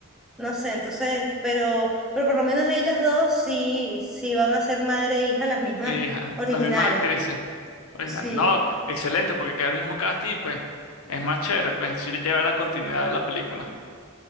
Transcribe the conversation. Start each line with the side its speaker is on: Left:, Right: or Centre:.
Centre: no sé, entonces, pero, pero por lo menos ellas dos sí, sí van a ser madre e hija las mismas
Left: Hija,
Centre: originales,
Left: las mismas actrices originales.
Centre: sí.
Left: No, excelente, porque queda el mismo casting y pues es más chévere, pues sí lleva la continuidad de la película.